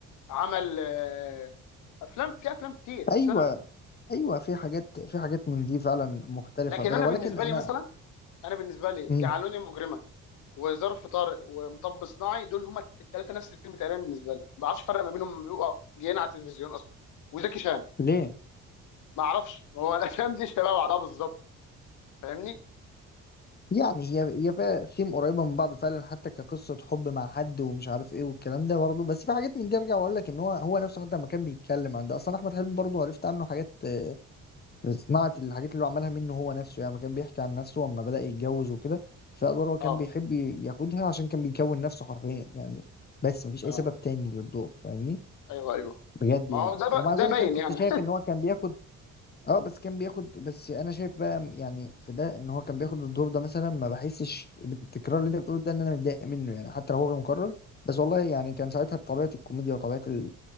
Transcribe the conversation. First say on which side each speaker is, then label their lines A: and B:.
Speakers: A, on the left; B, on the left.
A: عمل آه، افلام في افلام كتير بس
B: ايوه
A: انا
B: ايوه في حاجات في حاجات من دي فعلا مختلفه
A: لكن
B: بس
A: انا
B: ولكن
A: بالنسبه
B: انا
A: لي مثلا انا بالنسبه لي
B: مم.
A: جعلوني مجرما وظرف طارق ومطب صناعي دول هما الثلاثه نفس الفيلم تقريبا بالنسبه لي ما بعرفش الفرق ما بينهم بيبقى جايين على التلفزيون اصلا وزكي شان
B: ليه
A: ما اعرفش هو <laughs> الافلام دي شبه بعضها بالظبط فاهمني
B: يعني هي هي فيها ثيم قريبه من بعض فعلا حتى كقصه حب مع حد ومش عارف ايه والكلام ده برضه بس في حاجات من دي ارجع واقول لك ان هو هو نفسه حتى لما كان بيتكلم عن ده اصلا احمد حلمي برضه عرفت عنه حاجات آه، في صناعه الحاجات اللي هو عملها منه هو نفسه يعني لما كان بيحكي عن نفسه لما بدا يتجوز وكده فادوار هو كان
A: اه
B: بيحب ياخدها عشان كان بيكون نفسه حرفيا يعني بس مفيش
A: اه
B: اي
A: آه.
B: سبب تاني للدور فاهمني
A: ايوه ايوه
B: بجد
A: ما
B: يعني
A: هو ده ب...
B: ومع ذلك
A: ده باين
B: انا كنت
A: يعني
B: شايف ان هو كان بياخد اه بس كان بياخد بس انا شايف بقى يعني في ده ان هو كان بياخد الدور ده مثلا ما بحسش بالتكرار اللي انت بتقوله ده ان انا متضايق منه يعني حتى لو هو غير مكرر بس والله يعني كان ساعتها طبيعة الكوميديا وطبيعة ال...